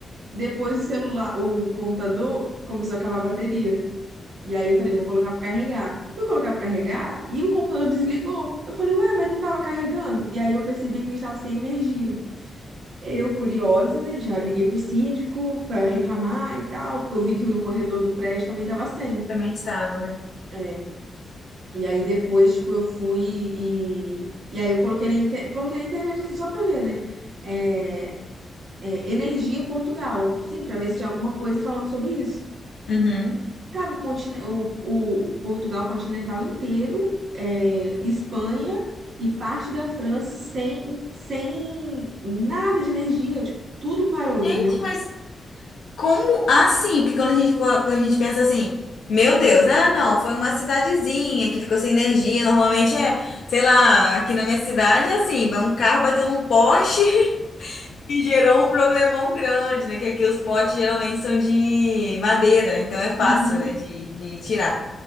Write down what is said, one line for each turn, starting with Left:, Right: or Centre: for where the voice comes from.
Right: Depois o celular, o computador começou a acabar a bateria. E aí eu falei, vou colocar para carregar. Fui colocar para carregar e o computador desligou. Eu falei, ué, mas não tava carregando? E aí eu percebi que a gente tava sem energia. Eu, curiosa, né? Já liguei pro síndico para reclamar e tal, porque eu vi que no corredor do prédio também tava sem.
Left: Também estava, né?
Right: É. E aí depois, tipo, eu fui e. E aí eu coloquei na, inter... coloquei na internet assim, só pra ver, né? É... é, Energia Portugal. Sim, pra ver se tinha alguma coisa falando sobre isso.
Left: Uhum.
Right: Tava o, contin- o- o Portugal continental inteiro, é, Espanha e parte da França sem... sem nada de energia. Tipo, tudo parou,
Left: Gente,
Right: entendeu?
Left: mas como assim? Porque quando a gente, co- quando a gente pensa assim, meu Deus, ah, não, foi uma cidadezinha que ficou sem energia. Normalmente é, sei lá, aqui na minha cidade é assim, vai um carro bateu num poste. E gerou um problemão grande, né? Que aqui os potes geralmente são de madeira, então é fácil,
Right: Uhum.
Left: né, de, de tirar.